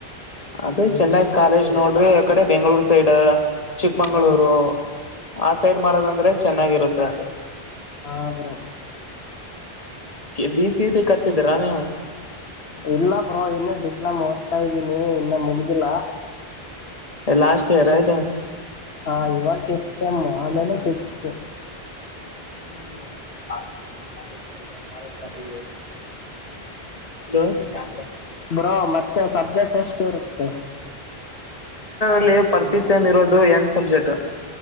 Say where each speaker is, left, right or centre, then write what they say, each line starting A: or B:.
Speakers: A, on the left; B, on the left.
A: ಅದೇ ಚೆನ್ನಾಗಿ ಕಾಲೇಜ್ ನೋಡ್ರಿ ಆ ಕಡೆ ಬೆಂಗ್ಳೂರ್ ಸೈಡ್ ಚಿಕ್ಕಮಂಗಗಳೂರು
B: ಹಾ
A: ಆ ಸೈಡ್ ಮಾಡೋದಂದ್ರೆ ಚೆನ್ನಾಗಿರುತ್ತೆ
B: ಆ ಬ್ರೊ
A: ಬಿ ಸಿ ಹಿ ಟಿ ಕಟ್ಟಿದೀರ ನೀವು?
B: ಇಲ್ಲ ಬ್ರೋ ಇನ್ನುೂ ಡಿಪ್ಲೊಮಾ ಓದ್ತಾ ಇದ್ದೀನಿ ಇನ್ನ ಮುಗ್ದಿಲ್ಲ.
A: ಲಾಸ್ಟ್ ಇಯರ್ ಇದು
B: ಹ ಇವಾಗ ಫಿಫ್ತ್ ಸೆಮು ಆಮೇಲೆ ಸಿಕ್ಸ್ತ್.
A: ಹ್ಮ ಅವತ್ ಕಾಲೇಜ್ <unintelligible> ಹಲೋ ಕ್ಯಾಪುಸ್
B: ಬ್ರೋ ಮತ್ತೆ ಸಬ್ಜೆಕ್ಟ್ ಎಷ್ಟು ಇರುತ್ತೆ?
A: ಲ್ಲಿ ಪ್ರತಿ ಸೇಮ್ ಇರೋದು ಎಂಟ್ ಸಬ್ಜೆಕ್ಟ್